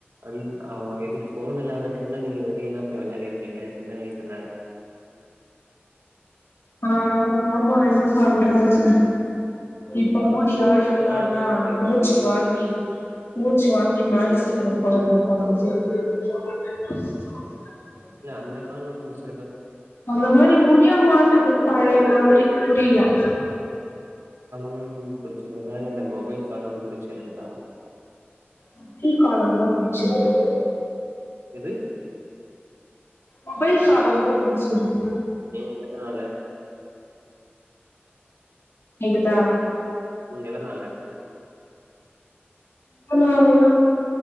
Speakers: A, on the right; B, on the left.
A: <unintelligible> எதுக்கு ஃபோன் இல்லாத டைம்ல நீங்க வெளில இப்ப வெள்ளான்டிருக்கீங்க சின்ன வயசுல
B: அ ஆமா என்ன பண்றது இப்போ
A: காலோ
B: ஓடி
A: இப்டி
B: ஆடி
A: அந்த
B: வெள்ளாடுனா
A: காலோ இப்டி இருக்கு
B: மூச்சு வாங்கி மூச்சு வாங்கி மேல சீக்கிரோ <unintelligible>
A: அ அந்த காலோ புடிச்ச
B: அந்த மாரி முடிய மாட்டது பழைய மாரி புரியல
A: ம் புடிச்சிருக்குதா இந்த மொபைல காலோ புடிச்சிருக்குதா
B: மொபைல் காலேந்தா புடிச்சிருக்கு
A: எது
B: மொபைல் காலோந்தா புடிச்சிருக்
A: ஏ எதனால
B: கேக்குதா
A: ம் எதனால
B: எதனாலனா